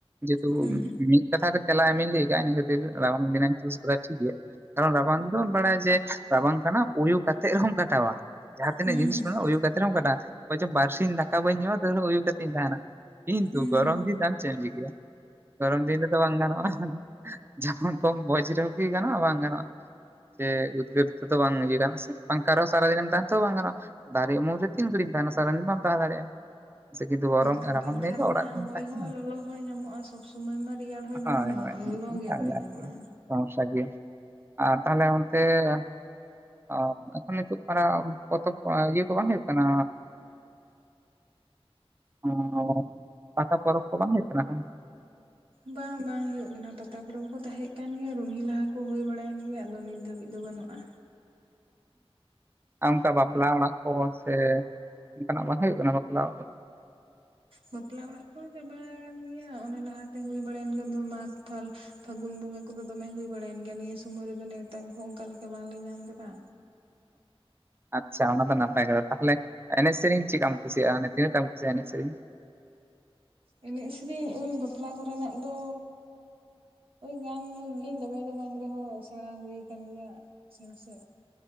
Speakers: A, on the right; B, on the right.
A: ᱡᱮᱦᱮᱛᱩ
B: ᱦᱩᱸ
A: ᱢᱤᱫ ᱠᱟᱛᱷᱟ ᱛᱮ ᱛᱮᱞᱟ ᱮᱢᱤᱧ ᱞᱮᱭ ᱠᱟᱜᱼᱟ᱾ <unintelligible> ᱨᱟᱵᱟᱝ ᱫᱤᱱ ᱪᱩᱥ ᱠᱟᱫᱟ ᱴᱷᱤᱠ ᱜᱮᱭᱟ ᱾ ᱠᱟᱨᱚᱱ ᱨᱟᱵᱟᱝ ᱫᱚᱢ ᱵᱟᱲᱟᱭᱟ ᱡᱮ ᱨᱟᱵᱟᱝ ᱠᱟᱱᱟ ᱳᱭᱳ‌ ᱠᱟᱛᱮᱫ ᱨᱮᱦᱚᱢ ᱠᱟᱴᱟᱣᱟ᱾ ᱡᱟᱦᱟᱸ ᱛᱤᱱᱟᱹᱜ
B: ᱦᱩᱸ
A: ᱡᱤᱱᱤᱥ ᱨᱮᱦᱚᱸ ᱳᱭᱳ ᱠᱟᱛᱮᱫ ᱨᱮᱦᱚᱸ ᱠᱟᱴᱟᱜᱼᱟ ᱵᱚᱪᱚᱢ ᱵᱟᱨᱥᱤᱧ ᱫᱟᱠᱟ ᱵᱟᱹᱧ ᱡᱚᱢᱟ ᱛᱟ. ᱨᱮᱦᱚ ᱳᱭᱳ ᱠᱟᱛᱮᱫ ᱤᱧ ᱛᱟᱦᱮᱱᱟ᱾ ᱠᱤᱱᱛᱩ
B: ᱦᱩᱸ
A: ᱜᱚᱨᱚᱢ ᱫᱤᱱ ᱫᱚᱢ ᱪᱮᱫ ᱮᱢ ᱪᱤᱠᱟᱭᱟ ᱜᱚᱨᱚᱢ ᱫᱤᱱ ᱨᱮᱫᱚ ᱵᱟᱝ ᱜᱟᱱᱚᱜᱼᱟ᱾ <unintelligible> ᱠᱚᱢ ᱵᱚᱡᱽ ᱨᱮᱦᱚᱸ ᱠᱤ ᱜᱟᱱᱚᱜᱼᱟ ᱵᱟᱝ ᱜᱟᱱᱚᱜᱼᱟ᱾ ᱥᱮ ᱩᱫᱽᱜᱟᱹᱨ ᱛᱮᱫᱚ ᱵᱟᱝ ᱤᱭᱟᱹ ᱜᱟᱱᱚᱜᱼᱟ ᱥᱮ ᱯᱟᱝᱠᱷᱟ ᱨᱮᱦᱚᱸ ᱥᱟᱨᱟ ᱫᱤᱱ ᱮᱢ ᱛᱟᱦᱮᱱ ᱛᱮᱦᱚᱸ ᱵᱟᱝ ᱜᱟᱱᱚᱜᱼᱟ᱾ ᱫᱟᱨᱮ ᱩᱢᱩᱞ ᱨᱮ ᱛᱤᱱ ᱜᱷᱟᱹᱲᱤᱜ ᱮᱢ ᱛᱟᱦᱮᱱᱟ ᱥᱟᱨᱟ ᱫᱤᱱ ᱵᱟᱢ ᱛᱟᱦᱮᱸ ᱫᱟᱲᱮᱭᱟᱜᱼᱟ᱾ ᱥᱮ ᱠᱤᱱᱛᱩ ᱜᱚᱨᱚᱢ
B: ᱦᱮᱸ
A: ᱨᱟᱵᱟᱝ
B: ᱯᱟᱝᱠᱷᱟ
A: ᱫᱤᱱ ᱫᱚ
B: ᱨᱮᱱᱟᱜ
A: ᱚᱲᱟᱜ ᱨᱮᱜᱮᱢ
B: ᱦᱚᱭ
A: ᱛᱟᱦᱮᱱᱟ
B: ᱦᱚᱸ ᱞᱚᱞᱚ ᱦᱚᱭ ᱧᱟᱢᱚᱜᱼᱟ ᱥᱚᱵ ᱥᱩᱢᱟᱹᱭ ᱢᱟ ᱨᱮᱭᱟᱲ ᱦᱚᱭ
A: ᱦᱳᱭ
B: ᱵᱟᱝ ᱧᱟᱢᱚᱜᱼᱟ᱾
A: ᱦᱳᱭ
B: ᱟᱨ
A: ᱦᱳᱭ
B: ᱞᱚᱞᱚ
A: ᱚᱱᱠᱟ
B: ᱜᱮ ᱦᱚᱭ
A: ᱟᱨᱠᱤ
B: ᱧᱟᱢᱚᱜᱼᱟ᱾
A: ᱥᱚᱢᱚᱥᱥᱟ ᱜᱮᱭᱟ ᱟᱨ ᱛᱟᱦᱞᱮ ᱚᱱᱛᱮ--᱾ ᱚ ᱮᱠᱷᱚᱱ <unintelligible> ᱯᱚᱛᱚᱵ ᱠᱚ ᱤᱭᱟᱹ ᱠᱚ ᱵᱟᱝ ᱦᱳᱭᱳᱜ ᱠᱟᱱᱟ᱾ ᱚ ᱯᱟᱛᱟ ᱯᱚᱨᱚᱵᱽ ᱠᱚ ᱵᱟᱝ ᱦᱩᱭᱩᱜ ᱠᱟᱱᱟ ᱮᱠᱷᱚᱱ᱾
B: ᱵᱟᱝ ᱵᱟᱝ ᱦᱩᱭᱩᱜ ᱠᱟᱱᱟ ᱯᱟᱛᱟ ᱯᱚᱨᱚᱵᱽ ᱠᱚ ᱛᱟᱦᱮᱸ ᱠᱟᱱ ᱜᱮᱭᱟ <unintelligible> ᱞᱟᱦᱟ ᱠᱚ ᱦᱩᱭ ᱵᱟᱲᱟᱭ ᱮᱱ ᱜᱮᱭᱟ ᱟᱫᱚ ᱱᱤᱛ᱾ ᱱᱤᱛ ᱫᱷᱟᱹᱵᱤᱡ ᱫᱚ ᱵᱟᱹᱱᱩᱜᱼᱟ᱾
A: ᱟᱨ ᱚᱱᱠᱟ ᱵᱟᱯᱞᱟ ᱚᱲᱟᱜ ᱠᱚ ᱥᱮ ᱚᱱᱠᱟᱱᱟᱜ ᱵᱟᱝ ᱦᱩᱭᱩᱜ ᱠᱟᱱᱟ ᱵᱟᱯᱞᱟ ᱚᱲᱟᱜ᱾
B: ᱵᱟᱯᱞᱟ ᱚᱲᱟᱜ ᱠᱚᱦᱚᱸ ᱪᱟᱵᱟ ᱟᱠᱟᱱ ᱜᱮᱭᱟ ᱚᱱᱟ ᱞᱟᱦᱟᱛᱮ ᱦᱩᱭ ᱵᱟᱲᱟᱭᱮᱱ ᱜᱮᱭᱟ ᱢᱟᱜᱽ.. ᱯᱷᱟᱹᱜᱩᱱ ᱵᱚᱸᱜᱟ ᱠᱚᱫᱚ ᱫᱚᱢᱮ ᱦᱩᱭᱵᱟᱰᱟᱭ ᱮᱱ ᱜᱮᱭᱟ ᱱᱤᱭᱟᱹ ᱥᱩᱢᱚᱭ ᱨᱮᱫᱚ ᱱᱮᱣᱛᱟ ᱠᱚᱦᱚᱸ ᱚᱱᱠᱟ ᱞᱮᱠᱟ ᱵᱟᱝᱞᱮ ᱧᱟᱢ ᱠᱮᱫᱟ᱾
A: ᱟᱪᱪᱷᱟ ᱚᱱᱟ ᱫᱚ ᱱᱟᱯᱟᱭ ᱠᱟᱛᱷᱟ ᱛᱟᱦᱚᱞᱮ ᱮᱱᱮᱡ ᱥᱮᱨᱮᱧ ᱪᱮᱫᱠᱟᱢ ᱠᱩᱥᱤᱭᱟᱜᱼᱟ ᱛᱤᱱᱟᱹᱜ ᱴᱟᱢ ᱠᱩᱥᱤᱭᱟᱜᱼᱟ ᱮᱱᱮᱡ ᱥᱮᱨᱮᱧ...
B: ᱮᱱᱮᱡ ᱥᱮᱨᱮᱧ ᱵᱟᱯᱞᱟ ᱠᱚᱨᱮᱱᱟᱜ ᱫᱚ ᱜᱟᱱ ᱜᱤᱭᱟᱹᱧ ᱫᱚᱢᱮ ᱫᱚ ᱵᱟᱝ ᱨᱮᱦᱚᱸ ᱥᱮᱬᱟ ᱦᱩᱭ ᱟᱠᱟᱱ ᱜᱮᱭᱟ ᱱᱟᱥᱮ ᱱᱟᱥᱮ...